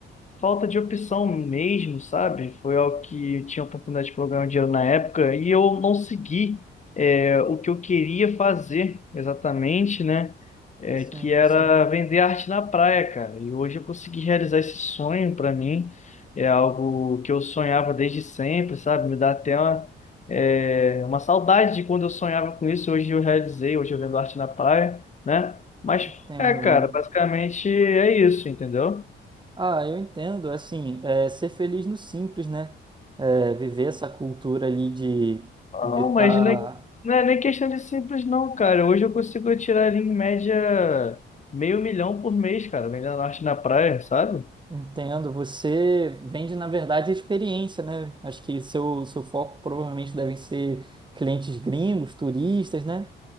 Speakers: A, on the left; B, on the right.
A: falta de opção mesmo, sabe? Foi algo que eu tinha oportunidade de programar dinheiro na época e eu não segui é, o que eu queria fazer exatamente, né? É,
B: Sim,
A: que era
B: sim.
A: vender arte na praia, cara. E hoje eu consegui realizar esse sonho para mim. É algo que eu sonhava desde sempre, sabe? Me dá até uma, é, uma saudade de quando eu sonhava com isso. Hoje eu realizei, hoje eu vendo arte na praia, né? Mas
B: Entendo,
A: é, cara,
B: mano.
A: basicamente é isso, entendeu?
B: Ah, eu entendo. Assim, é, ser feliz no simples, né? É, viver essa cultura ali de
A: Ah,
B: de
A: Não,
B: estar
A: mas não é, não é nem questão de simples, não, cara. Hoje eu consigo tirar ali em média meio milhão por mês, cara, vendendo norte na praia, sabe?
B: Entendo. Você vende, na verdade, a experiência, né? Acho que seu, seu foco provavelmente devem ser clientes gringos, turistas, né?